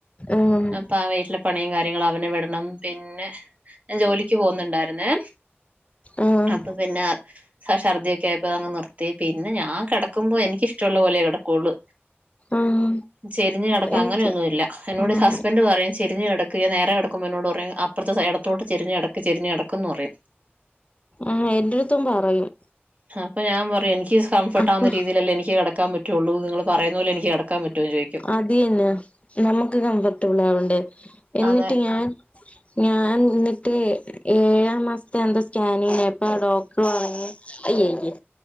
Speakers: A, on the left; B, on the right.
A: ആഹ്
B: അപ്പ ആ വീട്ടിലെ പണിയും കാര്യങ്ങളും അവനെ വിടണം പിന്നെ ജോലിക്ക് പോകുന്നുണ്ടായിരുന്നേ
A: ആഹ്
B: അപ്പൊ പിന്നെ ഛർദിക്കെ ആയപ്പോ അ അങ് നിർത്ത മേ പിന്നെ ഞാൻകി ക്കുമ്പോൾ എനക്ക്ഷ്ടുള്ളപ പോലെ കിടക്കുള്ളള്
A: ആഹ്
B: ചെരിഞ്ഞ് കിടക്കാ
A: എനിക്ക്
B: അങ്ങനെയൊന്നുമല്ല എന്നോട്
A: ആഹ്
B: ഹസ്ബൻഡ് പറയും ചെരിഞ്ഞഞ് കിടക്ക നേരെ കടക്കുമ്പോൾ എന്നോട് പറയും അപ്പുത്തെ ഇടത്തോട്ട് ചരിഞ്കിടക്ക് ചെരിഞ്ടക്കന്ന് പറയും
A: ആഹ് എന്റെടുത്തും പറയും
B: ഉ അപ്പൊ ഞാൻ പറയും എനിക്ക് കഫർട്ട്
A: അപ്പൊ
B: ആവു ന്ന രീതിയിലല്ല എനിക്ക് കിടാൻ പറ്റയുള്ളൂ നിങ്ങള് പറയുന്ന പോലെ എക്ക് കിടാൻ പറ്റുമോ ചോദി ക്കും
A: അത് തന്നെ നമുക്ക് കംഫർട്ടബിൾ ആവണ്ടേ എന്നിട്ട്
B: അതെ
A: ഞാൻ ഞാൻ എന്നിട്ട് ഏഴാം മാസത്തെ എന്താ സ്കാനി ഇപ്പ ഡോക്ടർ പറഞ്ഞു അയ്യയോ